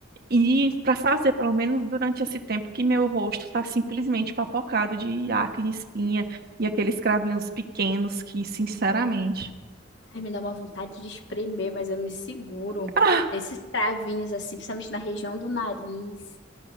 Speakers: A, on the right; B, on the left.
A: E para fazer, pelo menos durante esse tempo que meu rosto está simplesmente papocado de acne, espinha e aqueles cravinhos pequenos que, sinceramente.
B: Ai, me dá uma vontade de espremer, mas eu me seguro.
A: <laughs>
B: Esses cravinhos, assim, principalmente na região do nariz.